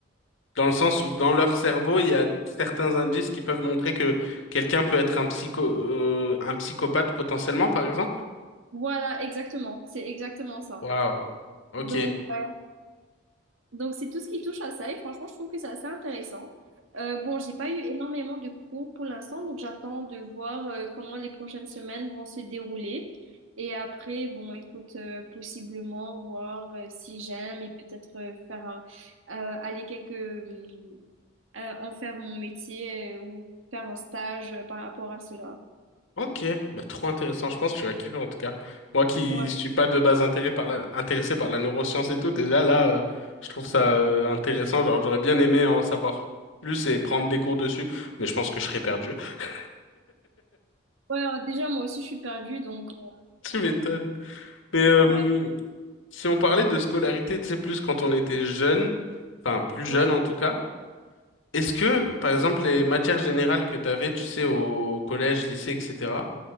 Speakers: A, on the left; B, on the right.
A: Dans le sens où dans leur cerveau, il y a certains indices qui peuvent montrer que quelqu'un peut être un psycho, euh, un psychopathe potentiellement, par exemple.
B: Voilà, exactement. C'est exactement ça.
A: Waouh. Ok.
B: Donc, euh, donc c'est tout ce qui touche à ça. Et franchement, je trouve que c'est assez intéressant. Euh, bon, j'ai pas eu énormément de cours pour l'instant, donc j'attends de voir euh, comment les prochaines semaines vont se dérouler. Et après, bon, écoute, euh, possiblement voir euh, si j'aime et peut-être euh, faire un- euh, aller quelques hum, euh, en faire mon métier euh, ou faire un stage euh, par rapport à cela.
A: Ok. Bah, trop intéressant. Je pense que tu vas kiffer en tout cas. Moi qui
B: Ouais.
A: suis pas de base intéressé par la, intéressé par la neuroscience et tout, déjà là, euh, je trouve ça euh, intéressant. Genre, j'aurais bien aimé en savoir plus et prendre des cours dessus, mais je pense que je serais perdu. <laughs>
B: Ouais, euh, déjà moi aussi je suis perdue, donc euh,
A: Tu m'étonnes. Mais euh,
B: ouais,
A: si on parlait de scolarité, tu sais, plus quand on était jeune, enfin plus jeune
B: ouais.
A: en tout cas. Est-ce que, par exemple, les matières générales que tu avais, tu sais, au collège, lycée, etc.,